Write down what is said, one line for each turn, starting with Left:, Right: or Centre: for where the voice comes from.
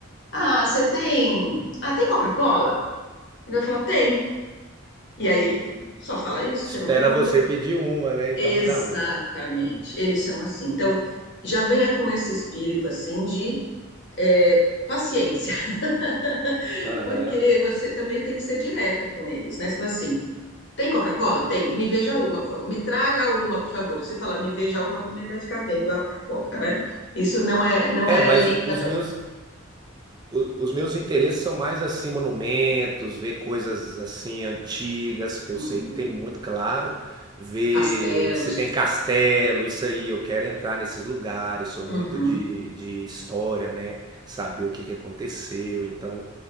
Left: "Ah, você tem, ah, tem Coca-Cola?" Ele vai falar: "Tem". E aí ele só fala isso,
Right: Espera
Left: você não perguntou.
Right: você pedir uma, né? Então
Left: Exatamente.
Right: me dá uma.
Left: Eles são assim. Então, já venha com esse espírito assim de é, paciência, <laughs>
Right: Aham.
Left: porque você também tem que ser direto com eles, né? Você fala assim, Tem Coca-Cola? Tem. Me veja uma, por favor. Me traga uma, por favor. Se falar me veja uma, também vai ficar vendo a, a Coca, né? Isso não é, não
Right: É,
Left: é
Right: mas
Left: lenda,
Right: os
Left: não.
Right: meus o- os meus interesses são mais assim, monumentos, ver coisas assim antigas, porque
Left: Hum,
Right: eu sei que tem muito, claro, ver
Left: castelos.
Right: se tem castelo, isso aí, eu quero entrar nesses lugares, sou muito
Left: Uhum,
Right: de, de história, né? Saber o que que aconteceu, então